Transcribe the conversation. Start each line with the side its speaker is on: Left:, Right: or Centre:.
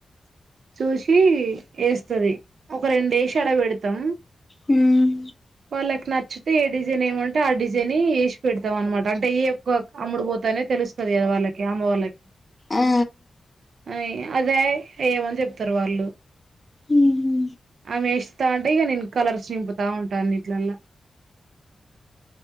Right: చూసి వేస్తది ఒక రెండు వేసి అడ పెడతాం
Left: మ్మ్
Right: వాళ్ళకి నచ్చితే ఏ డిజైన్ ఏమంటే ఆ డిజైన్ ఎసి పెడతాం అనమాట అంటే ఏ ఎక్కువ అమ్ముడు పోతానే తెలుస్తాది కదా వాళ్ళకి అమ్మ వాళ్ళకి
Left: ఆ
Right: అని అదే ఏమని చెప్తారు వాళ్ళు
Left: మ్మ్ హు
Right: ఆమెస్తతా ఉంటే ఇక నేను కలర్స్ నింపుతా ఉంటా నీటిలలా